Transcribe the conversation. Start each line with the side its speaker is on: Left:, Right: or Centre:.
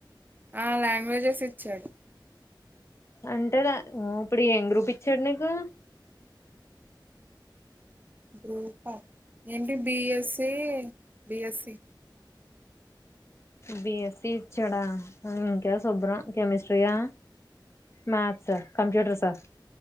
Right: ఆ లాంగ్వేజెస్ ఇచ్చాడు
Left: అంటేదా ఇప్పుడు ఏం గ్రూపు ఇచ్చాడు నీకు
Right: గ్రూపా ఏంటి బిఎస్స బిఎస్సి
Left: బిఎస్సి ఇచ్చాడా ఇంకా శుభ్రం కెమిస్ట్రీయా మ్యాత్స్ కంప్యూటర్ సార్